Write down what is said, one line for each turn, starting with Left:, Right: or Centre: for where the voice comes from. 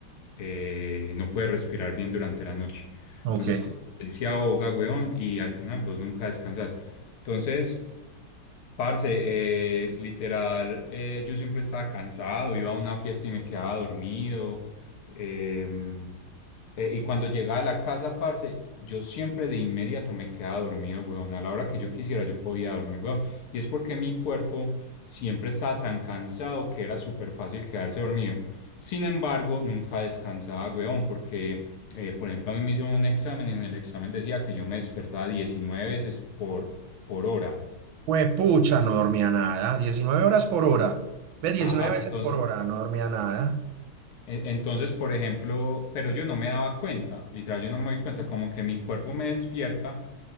Left: eh, no puede respirar bien durante la noche.
Right: Ok.
Left: Entonces, como él se ahoga, weón, y al final vos nunca descansas Entonces, Parce, eh, literal, eh, yo siempre estaba cansado, iba a una fiesta y me quedaba dormido. em, eh, y cuando llegaba a la casa, parce, yo siempre de inmediato me quedaba dormido, weón. A la hora que yo quisiera, yo podía dormir, weón. Y es porque mi cuerpo siempre estaba tan cansado que era súper fácil quedarse dormido. Sin embargo, nunca descansaba, weón, porque, eh, por ejemplo, a mí me hicieron un examen y en el examen decía que yo me despertaba 19 veces por, por hora.
Right: Fue pucha, no dormía nada, 19 horas por hora, ve, 19
Left: Ajá,
Right: veces
Left: entonces,
Right: por hora, no dormía nada,
Left: e- entonces, por ejemplo, pero yo no me daba cuenta, literal, yo no me doy cuenta, como que mi cuerpo me despierta,